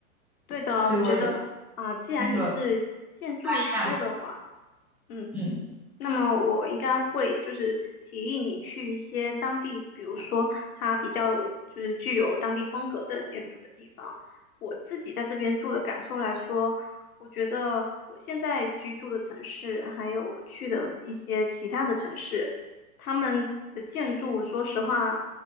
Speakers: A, on the left (about 85°); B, in the centre.
A: 对的哦我觉得啊，
B: 所以我
A: 既然你是建筑师的话，
B: 那个一半，
A: 嗯。
B: 嗯
A: 那么我应该会就是提议你去一些当地，比如说它比较就是具有当地风格的建筑的地方。我自己在这边住的感受来说，我觉得我现在居住的城市，还有我去的一些其他的城市，他们的建筑，说实话，